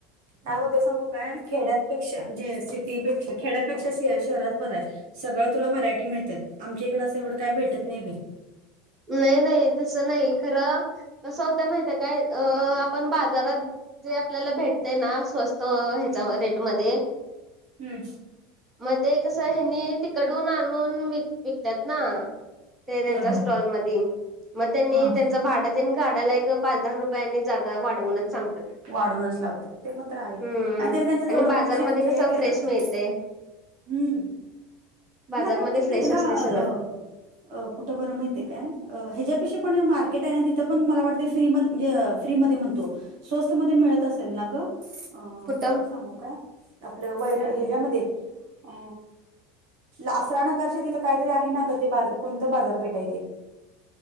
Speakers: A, on the right; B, on the right.
A: काय होत सांगू काय खेड्यापेक्षा म्हणजे सिटीपेक्षा खेड्यापेक्षा शहरात बरं आहे. सगळं तुला व्हरायटी मिळतात आमच्या इकडे असं एवढं काय भेटत नाही बाई.
B: नाही नाही तसं नाही खरं कस होतं माहिताय काय? अ आपण बाजारात जे आपल्याला भेटते ना स्वस्त त ह्याच्या
A: हम्म
B: रेटमध्ये
A: हम्म
B: मग ते कसं हेनी तिकडून आणून व विकतात ना ते त्यांच्या
A: होय होय.
B: मग त्यांनी
A: हा
B: त्यां भाड्याला पाच, दहा रुपयां आणि वाढवूनच सांगतात.
A: वाढवूनच लावतात ते मग तर आहे आणि
B: हम्म
A: त्यांनी त्यांचं तेवढं
B: आणि बाजारमध्ये
A: कमीशन म्हणजे
B: कसं
A: हे घेतातच.
B: फ्रेश मिळते
A: हम्म
B: बाजारमध्ये
A: मला वाते
B: फ्रेश
A: एला
B: असते सगळं
A: अ अ कुठं बरं माहितय काय ह्याच्यापेक्षा पण मार्केट आहे ना तिथं पण मला वाटतं फ्री म म्हणजे फ्री म म्हणतो स्वस्त म मिळत असेल ना गोट
B: कुठं
A: सांगू काय? आपलं वैर हच्यामध्ये अ आसरा नगरच्या तिथं काहीतरी आहे ना ग ते बाार कोणतं बाजारपेठाय ते